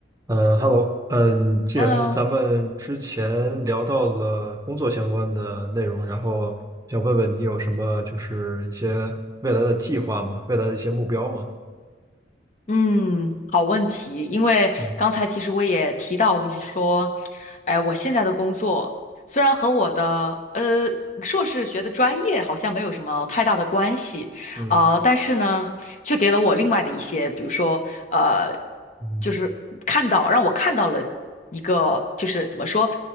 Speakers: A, on the right; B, on the left.
A: 嗯，Hello，嗯，既然咱们之前聊到了工作相关的内容，
B: Hello，
A: 然后想问问你有什么就是一些未来的计划吗？未来的一些目标吗？
B: 嗯，好问题，因为刚才其实我也提到，
A: 嗯
B: 就是说，哎，我现在的工作虽然和我的呃硕士学的专业好像没有什么太大的关系，
A: 嗯
B: 啊、但是呢，却给了我另外的一些，比如说，呃，
A: 嗯
B: 就是看到让我看到了一个，就是怎么说，